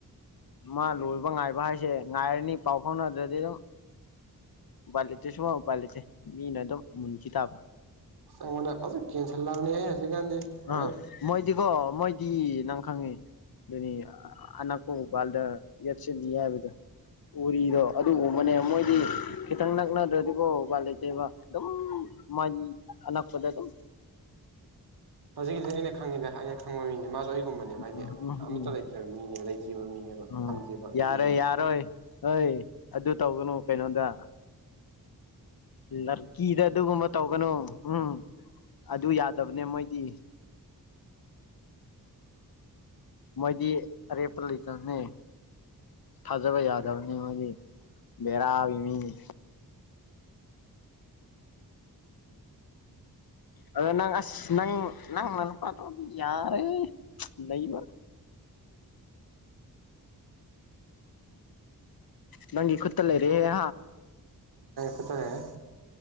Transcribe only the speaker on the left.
ꯃꯥ ꯂꯣꯏꯕ ꯉꯥꯏꯕ ꯍꯥꯏꯁꯦ ꯉꯥꯏꯔꯅꯤ ꯄꯥꯎ ꯐꯥꯎꯅꯗ꯭ꯔꯗꯤ ꯑꯗꯨꯝ ꯄꯂ ꯆꯁꯨꯃ ꯄꯂꯁꯦ ꯃꯤꯅ ꯑꯗꯨꯝ ꯃꯨꯟꯈꯤ ꯇꯥꯕ
ꯑꯥ ꯃꯣꯏꯗꯤꯀꯣ ꯃꯣꯏꯗꯤ ꯅꯪ ꯈꯪꯉꯤ ꯑꯗꯨꯅꯤ ꯑꯅꯛꯄ ꯃꯧꯄꯥꯜꯗ ꯌꯦꯞꯁꯤꯜꯂꯤ ꯍꯥꯏꯕꯗꯣ ꯎꯔꯤꯗꯣ ꯑꯗꯨ ꯎꯨꯝꯕꯅꯦ ꯃꯣꯏ ꯍꯥꯏꯗꯤ ꯈꯤꯇꯪ ꯅꯛꯅꯗ꯭ꯔꯗꯤꯀꯣ ꯎꯄ ꯂꯩꯇꯦꯕ ꯑꯗꯨꯝ ꯃꯥꯒꯤ ꯑꯅꯛꯄꯗ ꯑꯗꯨꯝ
ꯎꯝ ꯎꯝ
ꯎꯝ
ꯎꯝ
ꯌꯥꯔꯣꯏ ꯌꯥꯔꯣꯏ ꯍꯣꯏ ꯑꯗꯨ ꯇꯧꯒꯅꯨ ꯀꯩꯅꯣꯗ ꯂꯔꯀꯤꯗ ꯑꯗꯨꯒꯨꯝꯕ ꯇꯧꯒꯅꯨ ꯎꯝ ꯑꯗꯨ ꯌꯥꯗꯕꯅꯦ ꯃꯣꯏꯗꯤ ꯃꯣꯏꯗꯤ ꯑꯔꯦ ꯄꯂꯤꯇꯅꯦ ꯊꯥꯖꯕ ꯌꯥꯗꯕꯅꯤ ꯃꯣꯏꯗꯤ ꯕꯦꯔꯥꯒꯤ ꯃꯤꯅꯤ ꯑ ꯅꯪ ꯑꯁ ꯅꯪ ꯅꯪꯅ ꯄꯠꯇꯣ ꯌꯥꯔꯦ ꯂꯩꯕ ꯅꯪꯒꯤ ꯈꯨꯠꯇ ꯂꯩꯔꯤꯦꯦ